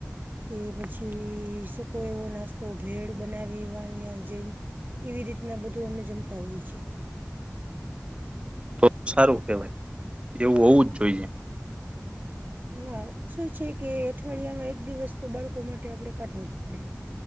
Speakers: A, on the right; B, on the right.
A: કે પછી સુકો એવો નાસ્તો ભેળ બનાવીવા જઈ એવી રીતના બધું અમે જમતા હોય છીએ
B: તો સારું કેવાય એવું હોવું જ જોઈએ
A: હા શું છે કે અઠવાડિયામાં એક દિવસ તો બાળકો માટે આપડણે કાઢવો જ પડે